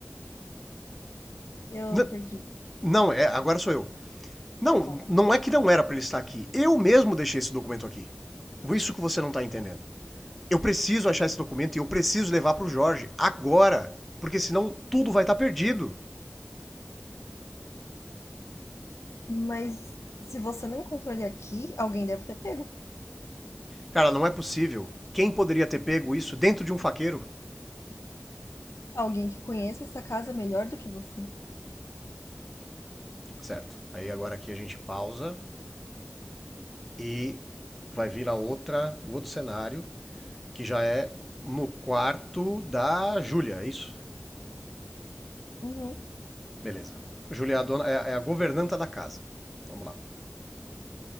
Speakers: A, on the left (about 85°); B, in the centre.
A: eu
B: Não,
A: perdi?
B: não, é, agora sou eu. Não,
A: Tá.
B: não é que não era para ele estar aqui. Eu mesmo deixei esse documento aqui. Isso que você não está entendendo. Eu preciso achar esse documento e eu preciso levar para o Jorge agora, porque senão tudo vai estar tá perdido.
A: Mas se você não encontrou ele aqui, alguém deve ter pego.
B: Cara, não é possível. Quem poderia ter pego isso dentro de um faqueiro?
A: Alguém que conheça essa casa melhor do que você.
B: Certo. Aí agora aqui a gente pausa e vai vir a outra, o outro cenário, que já é no quarto da Júlia, é isso?
A: Uhum.
B: Beleza. Júlia é a, dona, é, é a governanta da casa. Vamos lá.